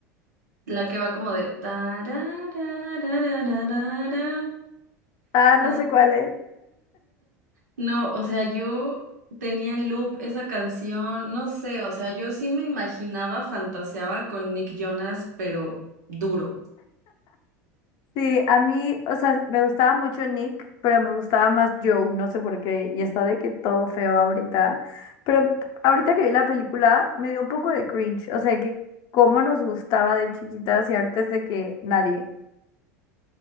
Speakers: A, on the right; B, on the left.
A: la que va como de tararararararara,
B: Ah, no
A: tararara.
B: sé cuál es.
A: No, o sea, yo tenía en loop esa canción, no sé, o sea, yo sí me imaginaba, fantaseaba con Nick Jonas, pero duro.
B: Sí, a mí, o sea, me gustaba mucho Nick, pero me gustaba más Joe, no sé por qué, y está de que todo feo ahorita. Pero ahorita que vi la película, me dio un poco de cringe, o sea, que cómo nos gustaba de chiquitas y ahorita es de que nadie.